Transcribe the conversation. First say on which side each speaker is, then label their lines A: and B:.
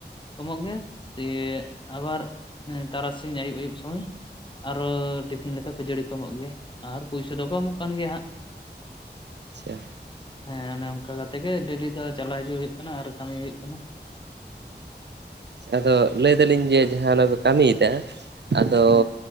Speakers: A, on the left; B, on the right.
A: ᱠᱚ ᱮᱢᱚᱜ ᱜᱮᱭᱟ, ᱫᱤᱭᱮ ᱟᱵᱟᱨ ᱮᱸ ᱛᱟᱨᱟᱥᱤᱧ ᱟᱹᱭᱩᱵ ᱟ. ᱭᱩᱵ ᱥᱚᱢᱚᱭ ᱟᱨᱚ ᱴᱤᱯᱷᱤᱱ ᱞᱮᱠᱟ ᱠᱷᱟᱹᱡᱟᱹᱲᱤ ᱠᱚᱢᱚᱜ ᱜᱮᱭᱟ ᱟᱨ ᱯᱩᱭᱥᱟᱹ ᱫᱚᱠᱚ ᱠᱚᱢᱚᱜ ᱠᱟᱱ ᱜᱮᱭᱟ ᱦᱟᱸᱜ᱾
B: ᱟᱪᱪᱷᱟ᱾
A: ᱦᱮᱸ ᱚᱱᱮ ᱚᱱᱠᱟ ᱠᱟᱛᱮ ᱜᱮ ᱰᱮᱞᱤ ᱫᱚ ᱪᱟᱞᱟᱣ ᱦᱤᱡᱩᱜ ᱦᱩᱭᱩᱜ ᱠᱟᱱᱟ ᱟᱨ ᱠᱟᱹᱢᱤ ᱦᱩᱭᱩᱜ ᱠᱟᱱᱟ᱾
B: ᱟᱫᱚ ᱞᱟᱹᱭ ᱫᱟᱞᱤᱧ ᱡᱮ ᱡᱟᱦᱟᱸ ᱚᱱᱟ ᱯᱮ ᱠᱟᱹᱢᱤᱭᱮᱫᱟ ᱟᱫᱚ
A: ᱦᱮᱸ